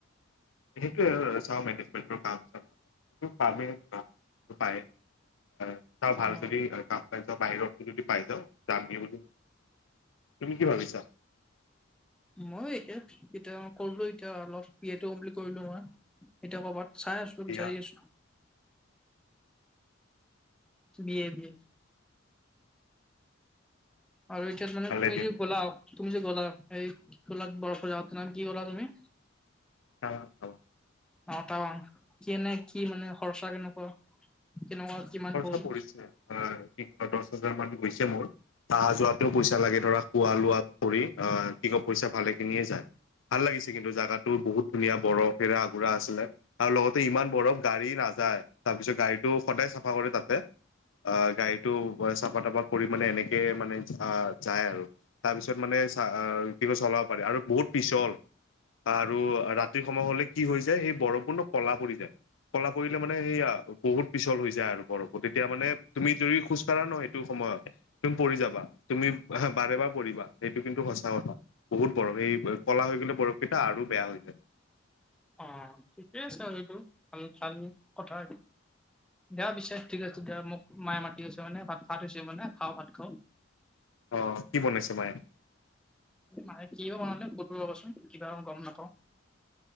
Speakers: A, on the left; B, in the centre.
A: সেইটোয়ে আৰু চাও মেনেজমেণ্টৰ কাম এটা কিন্তু পাম নে নেপাম ।যদি পাও চাওঁ ভাল
B: অ
A: যদি কাম পাই যাওঁ বাহিৰতো যদি পাই যাওঁ যামগে বুলি তুমি কি ভাবিছা।
B: মইয়ো একেই কৰিলো এতিয়া অলপ বি এ টো কমপিলিড কৰিলো মই এতিয়া কৰবাত চাই আছো
A: দিয়া
B: বিচাৰি আছো দিয়ে দিয়ে আৰু এতিয়া মানে
A: ভালে
B: তুমি
A: দিয়া
B: যি গ'লা তুমি যে গ'লা এই খলাত বৰফ জাগাটোৰ নাম কি ক'লা তুমি?
A: অ অ।
B: অ তা কি এনে কি মানে খৰচা কেনেকুৱা কেনেকুৱা কিমান
A: খৰচা
B: গ'ল
A: পৰিছে কি ক দহ হাজাৰ মান গৈছে মোৰ অহা যোৱাটো পইচা লাগে ধৰা খোৱা লোৱা কৰি আহ কি ক পইচা ভালে খিনিয়ে যায় ভাল লাগিছে কিন্তু জাগাটো বহুত ধুনীয়া বৰফেৰে আগ আছিল আৰু লগতে ইমান বৰফ গাড়ী নাযায় তাৰপিছত গাড়ীটো সদায় চাফা চাফা কৰে তাতে অ গাড়ীটো চাফা তাফা কৰি মানে এনেকে মানে আহ যায় আৰু তাৰ পিছত মানে চ কি কয় চলাব পাৰি আৰু বহুত পিছল আৰু ৰাতি সময় হলে কি হৈ যায় সেই বৰফপূৰ্ণ কলা পৰি যায় কলা পৰিলে মানে সেইয়া বহুত পিছল হৈ যায় যায় আৰু বৰফটো তেতিয়া মানে তুমি যদি খোজ কাঢ়া নহয় সময়ত তুমি পৰি যাবা তুমি বাৰে বাৰে পৰিবা সেইটো কিন্তু সঁচা কথা বহুত বৰফ এই কলা হৈ গ'লে বৰফকেইটা আৰু বেয়া হৈ যায়
B: অ ঠিকেই আছে আৰু এইটো ভাল ভাল কথা দিয়া বিশ্বাস ঠিক আছে দিয়া মোক মায়ে মাতি আছে মানে ভাত ভাত হৈছে মানে খাওঁ ভাত খাও
A: অ কি বনাইছে মায়ে
B: মায়ে কিয় বনালে সুধো ৰ'বাচোন কিবা গম নাপাওঁ